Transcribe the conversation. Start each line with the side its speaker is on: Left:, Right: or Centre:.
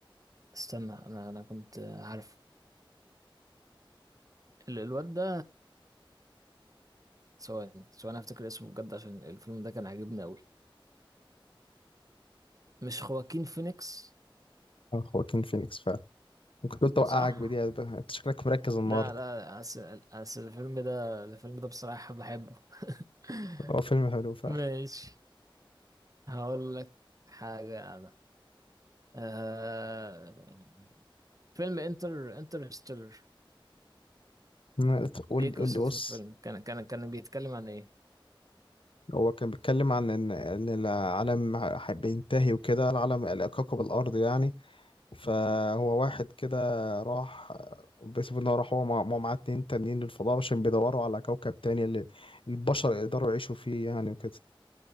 Right: استنى انا انا كنت عارف ال- الواد ده ثواني ثواني افتكر اسمه بجد عشان الفيلم ده كان عاجبني قوي مش خواكين فينيكس
Left: آه، خواكين فينيكس فعلا ممكن تقول توقعك
Right: صح
Left: بدي بقى انت شكلك مركز النهارده
Right: لا لا أصل أصل الفيلم ده الفيلم ده بصراحة بحبه <laughs>
Left: هو فيلم حلو فعلا
Right: ماشي هقول لك حاجة أنا آه... فيلم انتر انترستيلر
Left: مم، قول
Right: ايه
Left: لي
Right: قصة
Left: قول لي بص
Right: الفيلم كان كان كان بيتكلم عن ايه
Left: هو كان بيتكلم عن ان ان العالم ه- بينتهي وكده العالم كوكب الارض يعني فهو واحد كده راح بيسبب ان هو راح هو مع- مع معاه اتنين تانيين للفضاء عشان بيدوروا على كوكب تاني اللي البشر يقدروا يعيشوا فيه يعني وكده